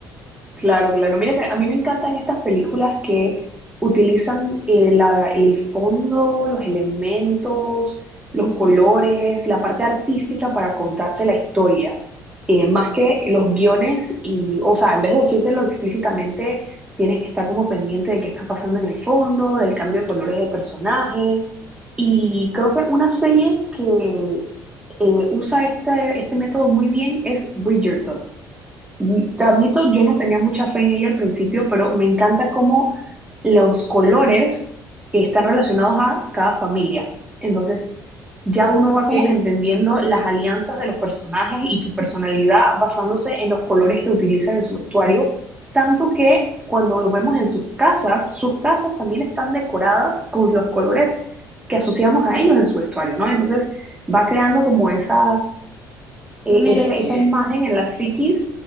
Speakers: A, on the right; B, in the centre.
A: Claro, claro. Mira que a mí me encantan estas películas que utilizan eh, la- el fondo, los elementos, los
B: Ujú.
A: colores, la parte artística para contarte la historia, Eh, más que los guiones y, o sea, en vez de decírtelo explícitamente, tienes que estar como pendiente de qué está pasando en el fondo, del cambio de colores de personaje. Y creo que una serie que eh, usa este, este método muy bien es Bridgerton. Mm, Te admito, yo no tenía mucha fe en ella al principio, pero me encanta cómo los colores están relacionados a cada familia. Entonces, ya uno
B: Ok,
A: va como que entendiendo las alianzas de los personajes y su personalidad basándose en los colores que utilizan en su vestuario, tanto que cuando los vemos en sus casas, sus casas también están decoradas con los colores que asociamos a ellos en su vestuario, ¿no? Entonces, va creando como esa, e-
B: mira
A: ese-
B: que
A: esa imagen en la psiquis